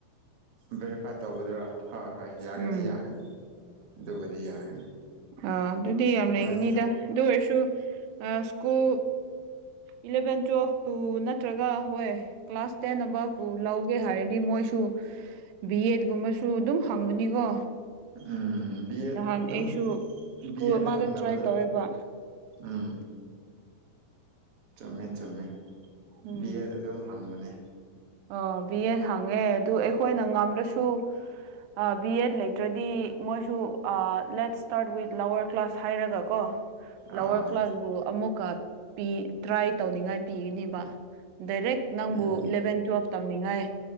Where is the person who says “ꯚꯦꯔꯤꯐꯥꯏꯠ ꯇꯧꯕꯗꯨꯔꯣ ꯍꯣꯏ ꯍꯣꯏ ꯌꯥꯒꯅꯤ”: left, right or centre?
Right